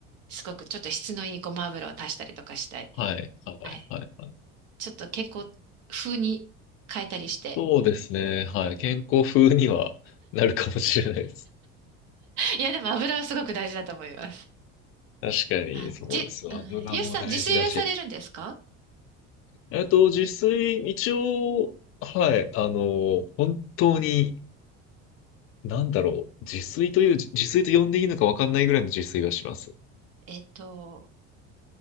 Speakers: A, on the right; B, on the left.
A: すごくちょっと質のいいごま油を足したりとかしたい。
B: はい。はい。
A: はい。
B: はい。はい
A: ちょっと健康風に変えたりして、
B: そうですね。はい。健康風にはなるかもしれないです。
A: いや、でも油はすごく大事だと思います。
B: 確かに、
A: あ、
B: そうです。
A: じ、うん。
B: 油も大事だし。
A: ゆうさん、自炊はされるんですか
B: えっと、自炊、一応、はい。あの、本当に、なんだろう。自炊という、自炊と呼んでいいのかわかんないぐらいの自炊はします。
A: えっと、